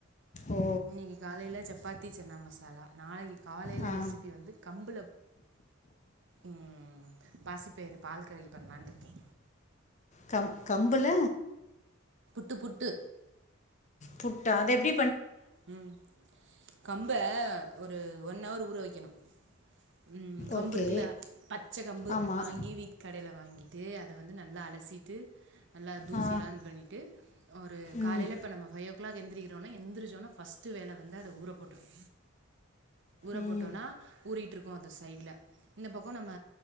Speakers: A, on the left; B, on the right.
A: ஓ
B: இன்னக்கி காலைல சப்பாத் தி சன்னா மசாலா நாளைக்கி காலைல
A: ஆ
B: ரெசிபி வந்து கம்புல ம் பாசிப்பயிறு பால் கறி பண்லானு இருக்கே.
A: கம் கம்புல
B: புட்டு புட்டு
A: புட்டா அது எப்டி
B: ம் கம்ப ஒரு ஒன் அவர் ஊற வைக்கணு. ம் கம்பு
A: ஓகே
B: இருக்குல பச்ச கம்பு
A: ஆமாம்
B: வாங்கி வீட் கடையில வாங்கி ட்டு அ த வந்து நல்லா அலசிட்டு நல்லா தூசிலா
A: ஆ
B: இது பண்ணிட்டு ஒரு
A: ம்
B: காலைல இப்ப நம்ம ஃபைவ் ஓ கிளாக் எந்திரிக்கிறோன்னா எந்திரிச்ச ஒட்னே ஃபர்ஸ் ட்டு வேல வந்து அத ஊற போட்றனு. ஊற
A: ம்
B: போட்டோனா ஊறிட்டு இரு க்கும் அது சைட்ல இந்த பக்கோ நம்ம